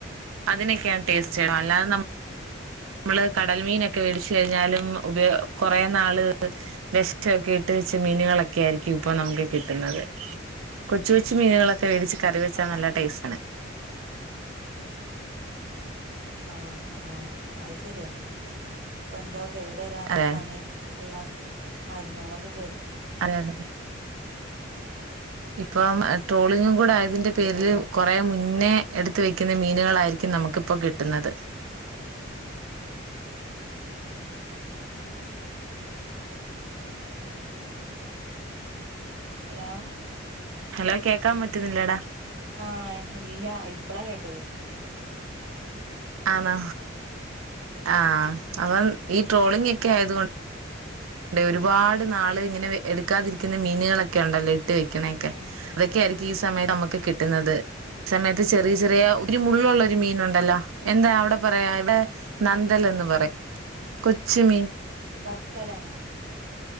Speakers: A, on the right; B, on the right.
A: അതിനൊക്കെയാണ്
B: ഉം
A: ടേസ്റ്റ് അല്ലാതെ നമ്മള് കടൽ മീനൊക്കെ വേടിച്ച്ഴിഞ്ഞാലും ഉപയോ കൊ റേ നാള് ബെസ്റ്റൊക്കെയിട്ട് വെച്ച മീനുകളൊക്കെ ആയിരിക്കും ഇപ്പൊ നമുക്ക് കിട്ടുന്നത് കൊച്ചു കൊച്ചു മീനുകളൊക്കെ വേടിച്ച് കറി വെച്ചാ
B: ആഹ്
A: നല്ല ടേസ്
B: ആഹ് ആഹ് അഹ് ശരിയാ ഇപ്പ എന്തോ കേടുവരാതെക്കാന്
A: അതെ
B: ഇള്ള മരുന്ന്കളൊക്കെ ചേർ
A: അതെ അതെ ഇപ്പം ട്രോളിങ്ങും കൂടെ ആയതിന്റെ
B: ചേർത്തിട്ടല്ലേ
A: പേര്ല്
B: മീ
A: കൊറേ മുന്നേ എടുത്ത് വെക്കുന്ന മീനുകളായിരിക്കും നമുക്കിപ്പോ കിട്ടുന്നത്
B: ഹലോ
A: ഹലോ കേക്കാം പറ്റുന്നില്ലേടാ
B: ആഹ് ഇല്ല ഇപ്പളാ കേട്ടത്
A: ആണോ ആഹ്
B: ഉം
A: അപ്പം ഈ ട്രോളിങ്ങെക്കെ ആയത് കൊ ണ്ട് ഒരുപാട് നാള് ഇങ്ങനെ എടുക്കാതിരിക്കുന്ന മീനുകളൊക്കെണ്ടല്ലേ ഇട്ട് വെക്ക്ണെക്കെ
B: ഉം ഉം
A: അതൊക്കെയായിരിക്കും ഈ സമയത്ത്
B: ഉം
A: നമുക്ക് കിട്ടുന്നത് സമയത്ത് ചെറിയ ചെറിയ
B: ഉം
A: ഒരു മുള്ളുള്ളൊരു മീനുണ്ടല്ലോ എന്താ അവിടെ പറയാ ഇവിടെ ന ത്തലെന്ന് പറിം കൊച്ചുമീൻ
B: ബത്തലാണോ.